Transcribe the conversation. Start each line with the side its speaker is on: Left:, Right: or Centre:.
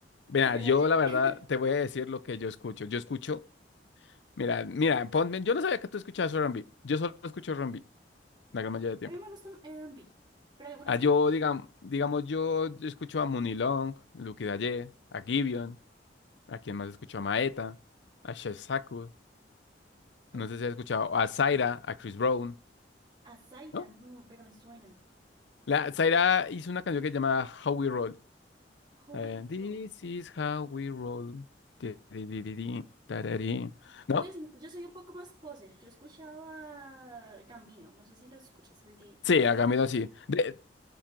Left: Mira,
Right: RBH.
Left: yo la verdad
Right: <laughs>
Left: te voy a decir lo que yo escucho. Yo escucho Mira, mira, ponme, yo no sabía que tú escuchabas R&B. Yo solo escucho R&B la gran mayoría del tiempo.
Right: A mí me gusta R&B, pero algunas
Left: Ah, yo,
Right: canciones.
Left: digamos, digamos, yo escucho a Mooney Long, Lucky Daye, a Gibeon, a quien más escucho a Maeta, a Chef Saku,
Right: Ok.
Left: no sé si has escuchado a Zaira, a Chris Brown,
Right: A Zaira,
Left: ¿no?
Right: no, pero me suena.
Left: La, Zaira hizo una canción que se llama How We Roll.
Right: Holy
Left: Eh, This
Right: Road.
Left: is how we roll. Ti, ri, ri, ri, ri, tarari. ¿No?
Right: Pues yo soy un poco más poser. Yo escuchaba Gambino, no sé si lo escuchas, el de.
Left: Sí, hagámoslo así. De-